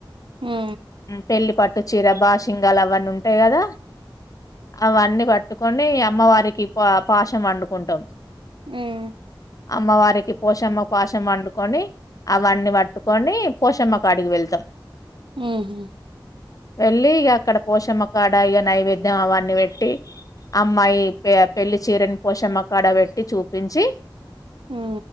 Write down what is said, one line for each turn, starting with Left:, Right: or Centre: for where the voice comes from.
Right: ఉ
Left: పెళ్లి పట్ కొత్త చీర బా సింగాలు అవన్నీ ఉంటాయి కదా అవన్నీ పట్ పట్టుకొని అమ్మవారికి పా పాశం అన్డుకుంటాం
Right: హ్మ్
Left: అమ్మవారికి పోషమ్మ పాశం అన్డుకొని అవన్నీ పట్టుకొని పోశమ్మ కాడికి వెళ్తాం
Right: ఉహ్మ
Left: వెళ్ళి ఇగ అక్కడ పోషమ్మకాడ ఇగ నైవేద్యం అవన్నీ పెట్టి అమ్మాయి పెళ్లి చీరని పోషమ్మకాడ పెట్టి టి చూపించి
Right: ఉ